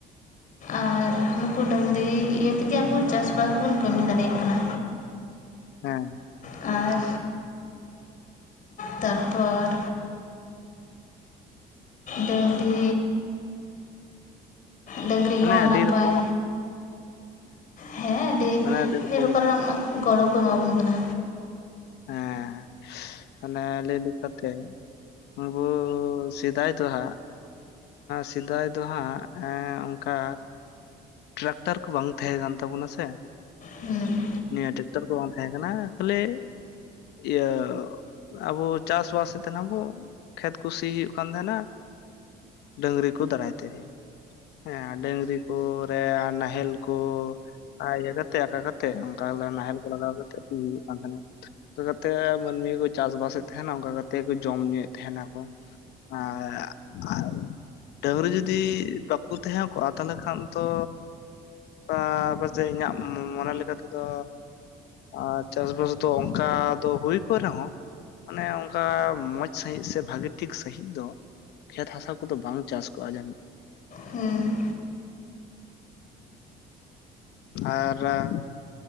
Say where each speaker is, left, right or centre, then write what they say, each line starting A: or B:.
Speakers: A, on the left; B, on the left.
A: ᱟᱨ ᱱᱩᱠᱩ ᱰᱟᱝᱨᱤ ᱤᱭᱟᱹ ᱛᱮᱜᱮ ᱟᱵᱚ ᱪᱟᱥᱵᱟᱥ ᱵᱚᱱ ᱠᱟᱹᱢᱤ ᱫᱟᱲᱮᱭᱟᱜ ᱠᱟᱱᱟ᱾
B: ᱦᱮᱸ
A: ᱟᱨᱼᱼ ᱛᱟᱨᱯᱚᱨᱼᱼ ᱰᱟᱹᱝᱨᱤᱼᱼ ᱰᱟᱹᱝᱨᱤ
B: ᱢᱟᱱᱮ
A: ᱦᱚᱸ
B: ᱟᱹᱰᱤ
A: ᱱᱟᱯᱟᱭᱼᱼ
B: ᱨᱚᱠᱚᱢᱟᱜ
A: ᱦᱮᱸ ᱟᱹᱰᱤ
B: ᱢᱟᱱᱮ ᱨᱚᱠᱚᱢ
A: ᱟᱹᱰᱤ ᱨᱚᱠᱚᱢᱨᱮ ᱜᱚᱲᱚ ᱠᱚ ᱮᱢᱟᱵᱚᱱ ᱠᱟᱱᱟ᱾
B: ᱦᱮᱸ ᱢᱟᱱᱮ ᱞᱟᱹᱭ ᱞᱮᱠᱟᱛᱮ ᱟᱵᱩ ᱥᱮᱫᱟᱭ ᱫᱚᱦᱟᱸᱜ, ᱥᱮᱫᱟᱭ ᱫᱚ ᱦᱟᱸᱜ ᱮᱸ ᱚᱱᱠᱟᱼᱼ ᱴᱨᱟᱠᱴᱟᱨ ᱠᱚ ᱵᱟᱝ ᱛᱟᱦᱮᱸ ᱠᱟᱱ ᱛᱟᱵᱚᱱᱟ ᱥᱮ,
A: ᱦᱮᱸ
B: ᱱᱤᱭᱟᱹ ᱴᱨᱟᱠᱴᱚᱨ ᱫᱚ ᱵᱟᱝ ᱛᱟᱦᱮᱸ ᱠᱟᱱᱟ ᱠᱷᱟᱞᱤ ᱤᱭᱟᱹᱻ ᱟᱵᱚ ᱪᱟᱥᱵᱟᱥᱮᱫ ᱛᱟᱦᱮᱱᱟ ᱵᱚ ᱠᱷᱮᱛ ᱠᱩ ᱥᱤ ᱦᱩᱭᱩᱜ ᱠᱟᱱ ᱛᱟᱦᱮᱱᱟ᱾ ᱰᱟᱹᱝᱨᱤ ᱠᱚ ᱫᱟᱨᱟᱭ ᱛᱮᱜᱮ ᱦᱮᱸ ᱰᱟᱹᱝᱨᱤ ᱠᱚ᱾ ᱥᱮ ᱱᱟᱦᱮᱞ ᱠᱚ᱾ ᱟᱨ ᱤᱭᱟᱹ ᱠᱟᱛᱮ ᱟᱠᱟ ᱠᱟᱛᱮ ᱚᱱᱠᱟ ᱱᱟᱦᱮᱞ ᱠᱚ ᱞᱟᱜᱟᱣ ᱠᱟᱛᱮᱫ ᱦᱩᱭᱩᱜ ᱠᱟᱱ ᱛᱟᱦᱮᱸᱱᱟ᱾ ᱚᱱᱠᱟ ᱠᱟᱛᱮᱫ ᱢᱟᱹᱱᱢᱤ ᱠᱚ ᱪᱟᱥᱵᱟᱥᱮᱫ ᱛᱟᱦᱮᱱᱟ ᱚᱱᱠᱟ ᱠᱟᱛᱮᱫ ᱠᱚ ᱡᱚᱢ ᱧᱩᱭᱮᱫ ᱛᱟᱦᱮᱱᱟᱠᱚ᱾ ᱟᱨ ᱟᱨ ᱰᱟᱹᱝᱨᱤ ᱡᱩᱫᱤ ᱵᱟᱠᱚ ᱛᱟᱦᱮᱸ ᱠᱚᱜᱼᱟ ᱛᱟᱦᱚᱞᱮ ᱠᱷᱟᱱᱼᱼ ᱛᱚ ᱯᱟ ᱯᱟᱪᱮᱫ ᱤᱧᱟᱹᱜ ᱢᱚᱱᱮ ᱞᱮᱠᱟ ᱛᱮᱫᱚᱼᱼ ᱟᱨ ᱪᱟᱥᱵᱟᱥ ᱫᱚ ᱚᱱᱠᱟ ᱫᱚ ᱦᱩᱭ ᱠᱚᱜ ᱨᱮᱦᱚᱸ, ᱢᱟᱱᱮ ᱚᱱᱠᱟ ᱢᱚᱸᱡᱽ ᱥᱟᱺᱦᱤᱡ ᱥᱮ ᱵᱷᱟᱜᱤ ᱴᱷᱤᱠ ᱥᱟᱺᱦᱤᱡ ᱫᱚ ᱾ ᱠᱷᱮᱛ ᱦᱟᱥᱟ ᱠᱚᱫᱚ ᱵᱟᱝ ᱪᱟᱥ ᱠᱚᱜᱼᱟ ᱡᱟᱹᱱᱤᱡ᱾
A: ᱦᱩᱸ
B: ᱟᱨ <inaudible>